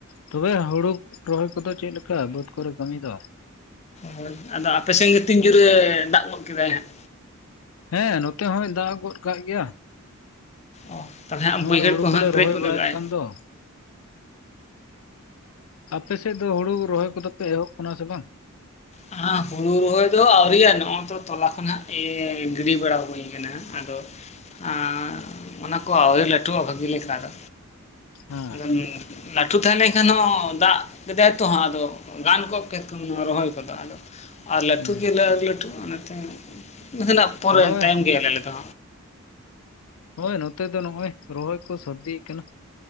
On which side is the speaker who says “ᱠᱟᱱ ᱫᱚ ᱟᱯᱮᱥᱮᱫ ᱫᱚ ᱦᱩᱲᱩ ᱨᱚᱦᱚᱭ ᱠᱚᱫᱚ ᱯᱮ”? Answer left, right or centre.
Left